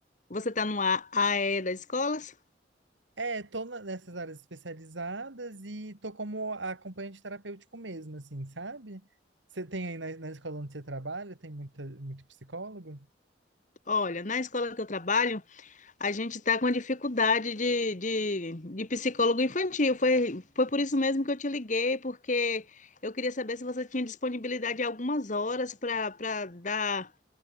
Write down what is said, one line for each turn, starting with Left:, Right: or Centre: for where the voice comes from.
Left: Você está no A AE das escolas?
Right: É, tô na- nessas áreas especializadas e tô como acompanhante terapêutico mesmo, assim, sabe? Você tem aí na, na escola onde você trabalha, tem muita, muito psicólogo?
Left: Olha, na escola que eu trabalho, A gente está com dificuldade de, de, de psicólogo infantil. Foi, foi por isso mesmo que eu te liguei, porque eu queria saber se você tinha disponibilidade de algumas horas para para dar